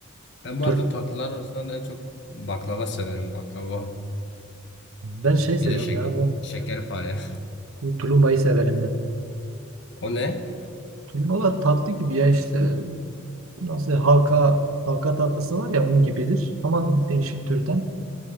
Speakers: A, on the left (about 55°); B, on the right (about 80°).
A: Ben bu
B: Tur-
A: arada tatlılar arasından en çok baklava severim. Baklava.
B: ben şey seviyorum
A: Bir de şeker,
B: ya bu,
A: şekerpare.
B: bu tulumbayı severim ben.
A: <laughs> O ne?
B: Tulumba da tatlı gibi ya işte nasıl halka halka tatlısı var ya onun gibidir ama değişik türden.